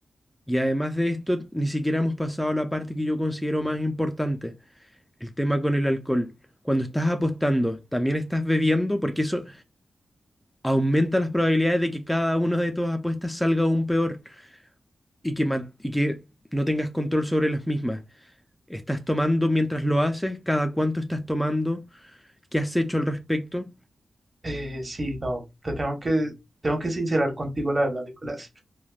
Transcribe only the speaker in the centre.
Y además de esto, ni siquiera hemos pasado a la parte que yo considero más importante, el tema con el alcohol. Cuando estás apostando, también estás bebiendo, porque eso aumenta las probabilidades de que cada una de tus apuestas salga aún peor y que, man- y que no tengas control sobre las mismas. ¿Estás tomando mientras lo haces? ¿Cada cuánto estás tomando? ¿Qué has hecho al respecto?